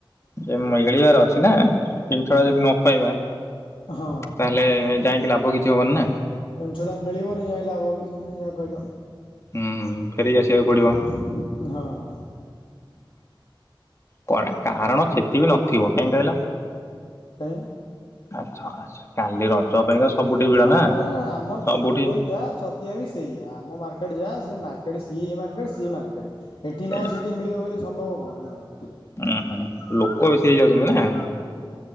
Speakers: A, on the left; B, on the left.
A: ଯେଇ ଏ କ୍ଲିୟର ଅଛି ନା ଜିନିଷ ଟା ଯଦି ନ ପାଇବା।
B: ହଁ।
A: ତା ହେଲେ ଯାଇକି ଲାଭ କିଛି ହବନି ନା।
B: ଜିନିଷଟା ମିଳିବନି ଯାଇକି ଲାଭ କିଛି ଯାହା କହିଲ
A: ହୁଁ ଫେରିକି ଆସିବାକୁ ପଡିବ।
B: ହଁ।
A: କୁଆଡେ କାରଣ ସେତେବି ନଥିବ। କାହିଁ କହିଲ?
B: କାଇଁ
A: ଆଚଛା ଆଚଛା କାଲି ରଜ ପାଇଁ ତ ସବୁଠି ଭିଡ
B: ହଁ
A: ନା
B: ଆମ
A: ସବୁଠି।
B: ଚଣ୍ଡିଖୋଲ ଯାହା ଛ ଇଏ ବି ସେଇୟା ଆମ ମାର୍କେଟ୍ ଯାହା ସେ ମାର୍କେଟ୍ ସିଇ ମାର୍କେଟ୍ ସିଏ ମାର୍କେଟ୍ ଏଠି
A: ସେଇ
B: ନାହିଁ ସେ ଡି ମିଳିବ ବୋଲି ସମ୍ଭବ କଣ ନାଅ?
A: ହୁଁ ହୁଁ ଲୋକ ବେଶୀ ହେଇଯାଉଛନ୍ତି ନାଁ